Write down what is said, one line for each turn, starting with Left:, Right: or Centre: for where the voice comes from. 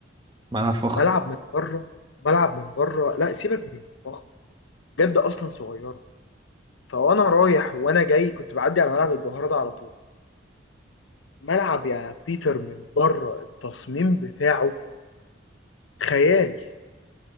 Right: ما انا فخم
Left: ملعب من بره ملعب من بره لا سيبك من الضخم جده اصلا صغيره فوانا رايح وانا جاي كنت بعدي على ملعب الجوهره ده على طول ملعب يا بيتر من بره التصميم بتاعه خيال